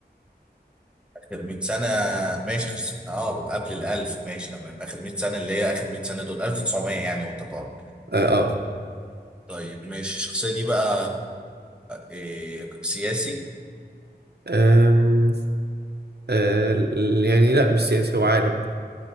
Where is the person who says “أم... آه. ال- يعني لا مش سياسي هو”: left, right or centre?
Right